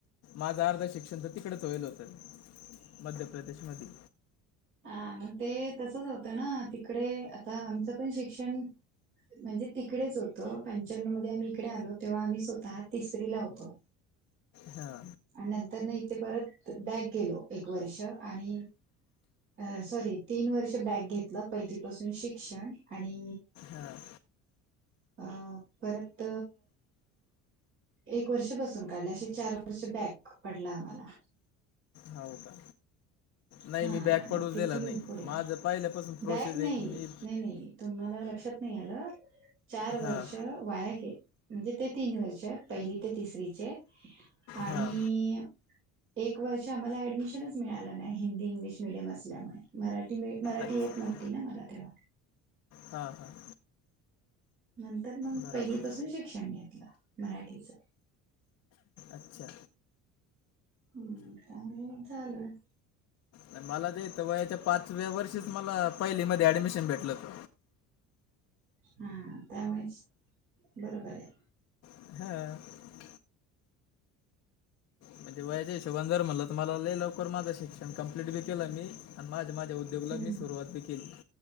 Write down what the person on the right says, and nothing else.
हां मंग ते तसंच होतं ना तिकडे आता आमचं पण शिक्षण म्हणजे तिकडेच होतं पंच्यानवं मध्ये आम्ही इकडे आलो तेव्हा आम्ही स्वतः तिसरीला होतो.
आणि नंतर ना इथे परत बॅक गेलो एक वर्ष आणि अ सॉरी तीन वर्ष बॅक घेतलं पहिलीपासून शिक्षण आणि
अ परत एक वर्ष बसून काढलं असे चार वर्ष बॅक पडलं आम्हाला.
हां
मग
तिथून
पुढे
बॅक नाही,
नाही नाही. तुम्हाला लक्षात नाही आलं चार वर्ष
वाया गे म्हणजे ते तीन वर्ष पहिली ते तिसरीचे. आणि
एक वर्ष आम्हाला ऍडमिशनच मिळाला नाही हिंदी इंग्लिश मिडीयम असल्यामुळे मराठी मराठी
येत नव्हती ना मला तेव्हा.
नंतर मग
पहिलीपासून शिक्षण घेतलं मराठीच.
हम्म त्यामुळे झालं.
हा त्यामुळेच बरोबर आहे.
हम्म